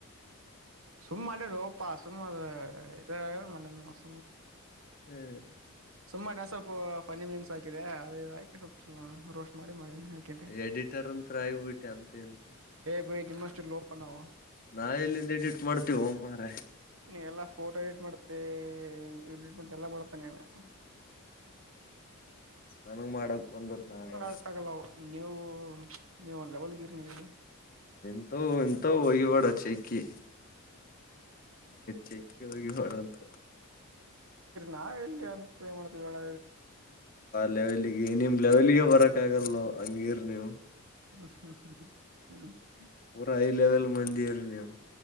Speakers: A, on the right; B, on the left.
A: ಸುಮ್ಮ ಅೆ ರೋಪ ಸುಮ್ಮ ಅ ಇ ಮನೆ ನಸ
B: ಹ್ಮ್
A: ಸುಮ್ಮನೆ ನ ಸ್ವಲ್ಪ ಫನಿ ಮೀಮ್ಸ್ ಹಾಕಿದೆ ಅದದುಾಕಿ ಸ್ವಲ್ಪ ರೋಸ್ಟ್ ಮಾಡಿ ಮಾಡೇಿ
B: ಎಡಿಟರ್ ಅಂತ ಆಗ್ಬಿಟ್ಟೆ ಅಂತ ಇಂತ
A: ಬ ನಿನ್ಮಸ್ು ಲೋಪ ನಾವ
B: ನಾವ ಎಲ್ಲಿಂದ ಎಡಿಟ್ ಮಾಡ್ತೀವೋ ಮಾರಾಯ
A: ನೀ ಎಲ್ಲಾ ಫೋಟೋ ಎಡಿಟ್ ಮಾಡತ ಮ್ಮಟ್ ಎಲ್ಲ ಮಾಡತೇನೆನು
B: ನನ ಮಾಡಕ್ ಬಂದರು ನಾವ
A: ಆಕ್ಕಾಗಲ್ಲ ಅವು ನೀವು ನೀವು ಲೆವಲ್ಗಿರ್ ನೀವು
B: ಎಂತ ಎಂತ ಒ್ಯ ಪಡ ಚೆಕ್ಕಿ ಚೆಕ್ಕೆ ಹೋಗಿ ಮಾಡಂತ
A: ನಾವ ಎಲ್ಲಿ ಅಂತ ಏನ್ ಮಾಡ್ತೇವಿ ಒಳ
B: ಲೆವೆಲಿಗೆ ನಿಮ್ ಲೆವೆಲ್ಗೆ ಬರಕ್ ಆಗಲ್ಲ ನ ಹಂಗೀರ್ ನೀವು
A: ಹ ಹ
B: ಪೂರ ಹೈ ಲೆವೆಲ್ ಮಂದಿರ ನೀವು